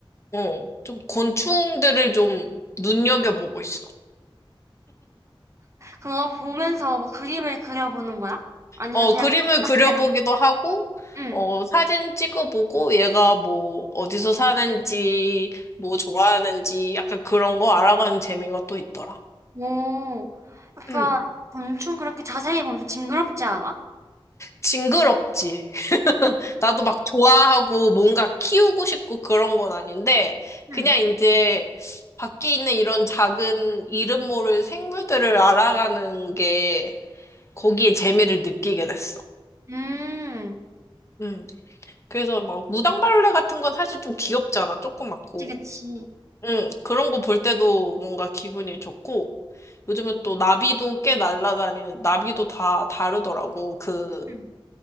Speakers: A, on the left; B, on the right.
A: 어, 좀 곤충들을 좀 눈여겨보고 있어.
B: 그거 보면서 뭐 그림을 그려보는 거야? 아니면
A: 어,
B: 그냥
A: 그림을
B: 전체만?
A: 그려보기도 하고,
B: 응.
A: 어, 사진 찍어보고, 얘가 뭐, 어디서 사는지, 뭐 좋아하는지, 약간 그런 거 알아가는 재미가 또 있더라.
B: 오, 약간
A: 응,
B: 곤충 그렇게 자세히 보면 징그럽지 않아?
A: 징그럽지. 나도 막 좋아하고, 뭔가 키우고 싶고 그런 건 아닌데,
B: 응.
A: 그냥 이제, 밖에 있는 이런 작은 이름 모를 생물들을 알아가는 게, 거기에 재미를 느끼게 됐어.
B: 음,
A: 음 그래서 막 무당벌레 같은 건 사실 좀 귀엽잖아. 조그맣고.
B: 그치, 그치.
A: 응, 그런 거 볼 때도 뭔가 기분이 좋고, 요즘은 또 나비도 꽤 날아다니는, 나비도 다 다르더라고. 그
B: 응.